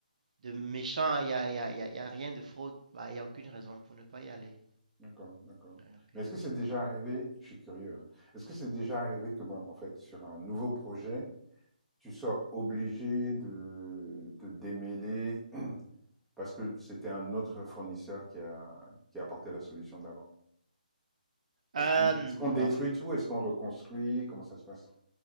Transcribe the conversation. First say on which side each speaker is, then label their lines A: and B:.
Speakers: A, on the right; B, in the centre.
A: de méchant, il n'y a, il y a, il y a- il y a rien de fraude, bah, il n'y a aucune raison pour ne pas y aller.
B: D'accord, d'accord.
A: Il n'y a aucune
B: Mais est-ce
A: raison.
B: que c'est déjà arrivé, je suis curieux, hein. est-ce que c'est déjà arrivé que, bon, en fait, sur un nouveau projet, tu sois obligé de te démêler parce que c'était un autre fournisseur qui a, qui a apporté la solution d'avant. Est-ce
A: Euh,
B: qu'on
A: non.
B: est-ce qu'on détruit tout? Est-ce qu'on reconstruit? Comment ça se passe?